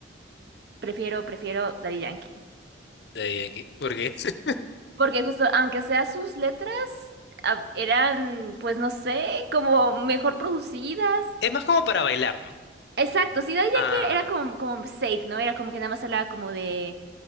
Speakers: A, on the right; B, on the left.
A: prefiero, prefiero Daddy Yankee.
B: De ahí aquí. Porque <laughs>
A: Porque justo, aunque sea sus letras, ah, eran, pues no sé, como mejor producidas.
B: es más como para bailar, ¿no?
A: Exacto, sí, Daddy Yankee
B: Ah,
A: era como, como safe, ¿no? Era como que nada más hablaba como de